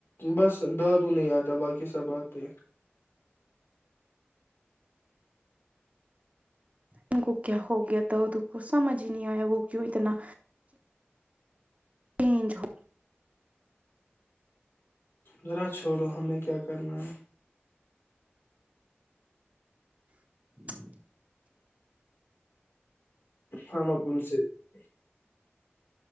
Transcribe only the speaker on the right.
ان کو کیا ہو گیا دود کو سمجھ ہی نہیں آیا وہ کیوں اتنا چینج ہو
<inaudible>